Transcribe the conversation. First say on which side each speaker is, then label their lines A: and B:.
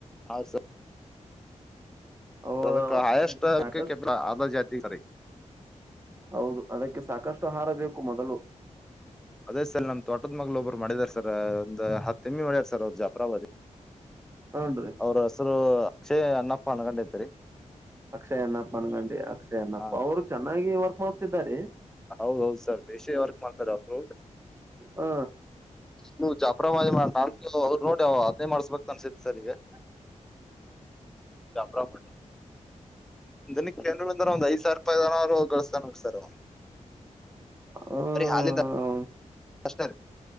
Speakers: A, in the centre; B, on the right (about 20°).
A: ಆಸ
B: ಅವ
A: ಅದಕ್ಕೆ ಆಯಸ್ಟ್
B: ಅದಕ್ಕೆ ಸಾಕಷ್ಟು
A: ಕೆ ಆಧಜಾತಿಿಕಾರಿ
B: ಹೌದು ಅದಕ್ಕೆ ಸಾಕಷ್ಟುಹಾರ ಬೇಕು ಮೊದಲು
A: ಅದೇ ಸರ್ ನಮ ತೋಟದ ಮಗ್್ ಒಬ್ರು ಮಾಡಿದಾರ ಸರ್ ಒಂದ್ ಹತ್ತು ತಿಮ್ಮಿ ಮಾಡ್ಯಡ್ ಸರ್ ಅವ ಜಾಪ್ರಾ ಬಜಿ
B: ಹನ್ರಿ
A: ಅವ್ರ ಹೆಸರು ಸ ಅನ್ನಪ್ಪ ಅ್ಣ ಕಂಡೈತರಿ
B: ಅಕ್ಷಯ್ ಅನ್ನಪ್ಪ ಅನಗಂಡಿ ಅಕ್ಷಯ ಅನ್ನಪ್ಪ
A: ಹ
B: ಅವರು ಚೆನ್ನಾಗಿ ವರ್ಕ್ ಮಾಡ್ತಿದ್ದಾರೆ
A: ಹೌದೌದು ಸರ್ ಬೇಶಿ ವರ್ಕ್ ಮಾಡ್ತಾರ ಅವರು
B: ಹ
A: ನೀ ಜಾಪರಾವಿ ನಾ ಅವರು ನೋಡಿ ಅದನ್ನೇ ಮಾಡಸ್ಬೇಕಕ್ ಅನ್ಸತಿ ಸರ್ ಈಗ
B: ಹ್ಞೂ
A: ಚಪಾಬ
B: ಹ
A: ದನಿ ಕೆ ಬಂದ್ರ ಒಂದ್ ಐ್ ಸಾವರ ರೂಪಾಯನರು ಗಳಸ್ತ ನೋಡ್ ಸರ್
B: ಹ
A: ಅರೆ ಹಾಲಿದ ಅಷ್ಟೇ